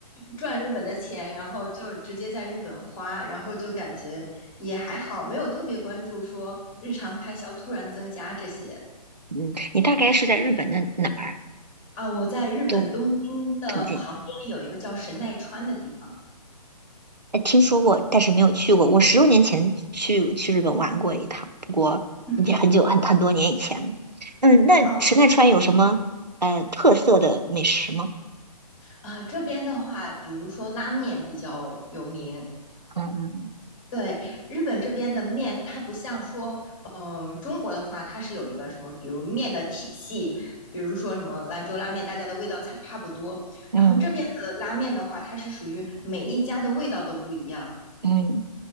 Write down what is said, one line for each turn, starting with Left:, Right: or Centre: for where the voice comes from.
Left: 赚日本的钱，然后就直接在日本花，然后就感觉也还好，没有特别关注说日常开销突然增加这些
Right: 嗯，你大概是在日本的哪儿？
Left: 啊。我在日本东京的旁边有一个叫神奈川的地方。
Right: 东东京？呃，听说过，但是没有去过。我十多年前去去日本玩过一趟，
Left: 嗯嗯，
Right: 也很久很很多年以前了。嗯，那池奈川有什么呃特色的美食吗？
Left: 哦，啊，这边的话，比如说拉面比较有名。
Right: 嗯
Left: 对，日本这边的面，它不像说，嗯、中国的话，它是有一个什么，比如面的体系，比如说什么兰州拉面，大家的味道差差不多。
Right: 嗯
Left: 然后这边的拉面的话，它是属于每一家的味道都不一样。
Right: 嗯。